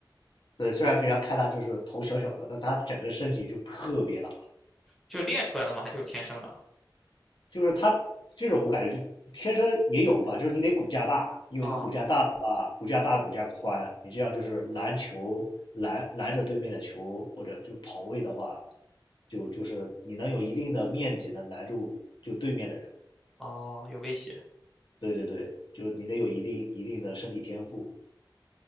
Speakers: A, on the left; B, in the centre.
A: 对虽然平常看他就是头小小的，但他整个身形就特别大，
B: 就练出来的嘛，还就是天生的
A: 就是他这种我感觉天生也有吧，就是你得骨架大，因为你骨架大的话，
B: 啊
A: 骨架大骨架宽，你这样就是拦球拦拦着对面的球或者就跑位的话，就就是你能有一定的面积能拦住就对面的人。
B: 哦，有威胁，
A: 对对对，就是你得有一定一定的身体天赋，